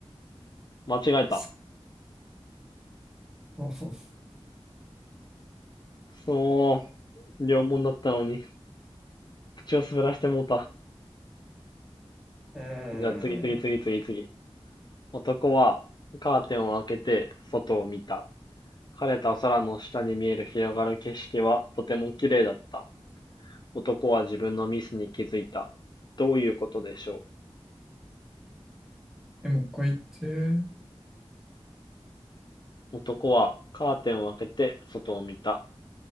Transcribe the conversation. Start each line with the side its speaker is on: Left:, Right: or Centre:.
Left: 間違えた。
Centre: くそう。<laughs>
Left: くそー、両門だったのに、口を滑らしてもうた。
Centre: うーん。
Left: じゃあ次次次次次。男はカーテンを開けて外を見た。晴れた空の下に見える広がる景色はとても綺麗だった。男は自分のミスに気づいた。どういうことでしょ
Centre: え、もう一回言って。
Left: う。男はカーテンを開けて外を見た。